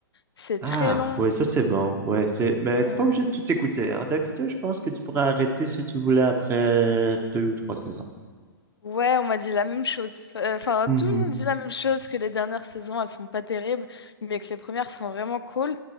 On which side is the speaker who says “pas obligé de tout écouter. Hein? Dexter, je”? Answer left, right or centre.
Right